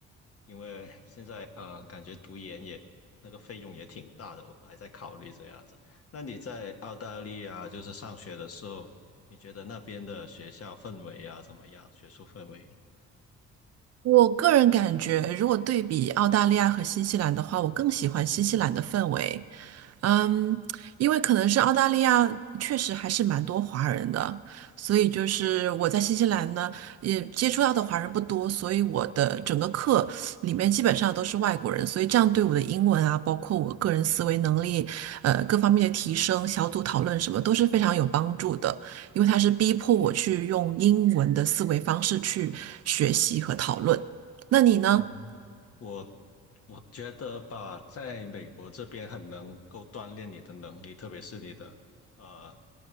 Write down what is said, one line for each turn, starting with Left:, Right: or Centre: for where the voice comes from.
Left: 因为 <laughs> 现在呃感觉读研也那个费用也挺大的，我还在考虑这样子。那你在澳大利亚就是上学的时候，你觉得那边的学校氛围啊怎么样？学术氛围？
Right: 我个人感觉，如果对比澳大利亚和新西兰的话，我更喜欢新西兰的氛围。嗯，因为可能是澳大利亚确实还是蛮多华人的，所以就是我在新西兰呢，也接触到的华人不多，所以我的整个课里面基本上都是外国人，所以这样对我的英文啊，包括我个人思维能力，呃，各方面的提升、小组讨论什么都是非常有帮助的，因为它是逼迫我去用英文的思维方式去学习和讨论。那你呢？
Left: 哦，我我觉得吧，在美国这边很能够锻炼你的能力，特别是你的呃